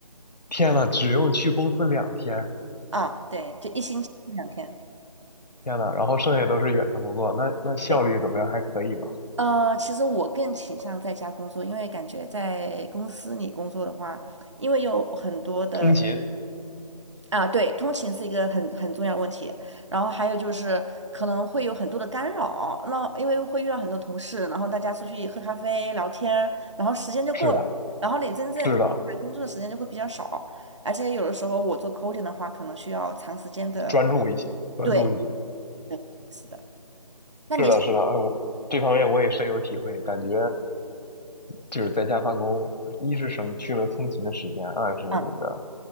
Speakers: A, on the left; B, on the right.
A: 天呐，只用去公司两天，
B: 啊，对，就一星期两天。
A: 天呐，然后剩下都是远程工作，那那效率怎么样？
B: 对，
A: 还可以吧？
B: 呃，其实我更倾向在家工作，因为感觉在公司里工作的话，因为有很多的。
A: 通勤，
B: 啊，对，通勤是一个很很重要的问题，然后还有就是可能会有很多的干扰，那因为会遇到很多同事，然后大家出去喝咖啡聊天，然后时间就过了，
A: 是的。
B: 然后你真正投入在工作的时间就会比较少，
A: 是的，
B: 而且有的时候我做 coding 的话，可能需要长时间的，
A: 专注一些，专注一些。
B: 对，对，是的。那你，
A: 是的，是的，哎，我这方面我也深有体会，感觉就是在家办公，一是省去了通勤的时间，二是这个
B: 嗯，